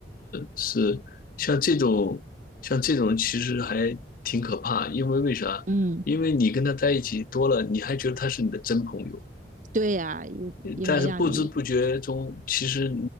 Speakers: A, on the left (about 50°); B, on the right (about 45°).
A: 是像这种，像这种其实还挺可怕，因为为啥？
B: 嗯，
A: 因为你跟他在一起多了，你还觉得他是你的真朋友，
B: 对呀、因因为让你
A: 但是不知不觉中，其实